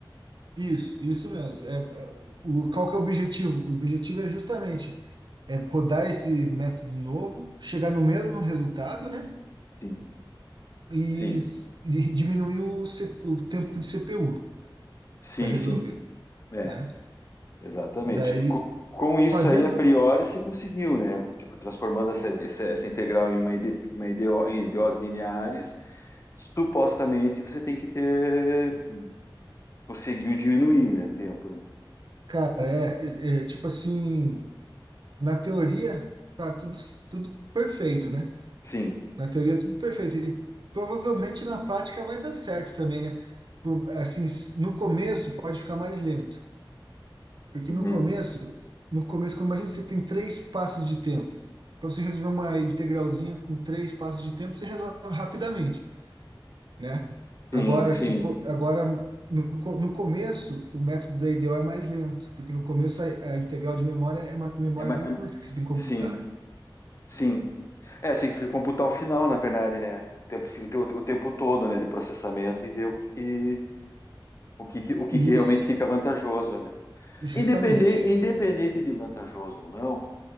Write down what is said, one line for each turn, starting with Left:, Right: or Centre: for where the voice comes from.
Right: Isso, isso mesmo. É, o, qual que é o objetivo? O objetivo é justamente é rodar esse método novo, chegar no mesmo resultado, né?
Left: Sim,
Right: E,
Left: sim,
Right: s- e diminuir o, C- o tempo de CPU
Left: sim,
Right: para resolver,
Left: sim. É.
Right: né?
Left: Exatamente.
Right: Daí,
Left: Tipo, co- com isso
Right: fazendo.
Left: aí, a priori, se conseguiu, né? Tipo, transformando essa, essa, essa integral em uma, ide, uma ideo- em ideós lineares, supostamente você tem que ter, conseguiu diminuir, né? Tempo, né?
Right: Cara, é, é, é, tipo assim, na teoria tá tudo, tudo perfeito, né?
Left: Sim.
Right: Na teoria tudo perfeito. E provavelmente na prática vai dar certo também, né? Por- assim, s- no começo pode ficar mais lento. Porque
Left: Uhum.
Right: no começo, no começo, como imagina, você tem três passos de tempo. Para você resolver uma integralzinha com três passos de tempo, você resolve rapidamente. né?
Left: Sim,
Right: Agora,
Left: sim.
Right: se for, agora no, co- no começo, o método da IDEO é mais lento, porque no começo a, a integral de memória é uma memória
Left: É, ma-
Right: bem
Left: é,
Right: curta que você tem que computar,
Left: sim,
Right: né?
Left: sim. É, você tem que computar o final, na verdade, né? O tempo, fi- o, teu- o tempo todo, né, de processamento e ver o que, que- o que, que- o que
Right: Isso,
Left: que realmente fica vantajoso, né?
Right: justamente.
Left: Independente, independente de vantajoso ou não,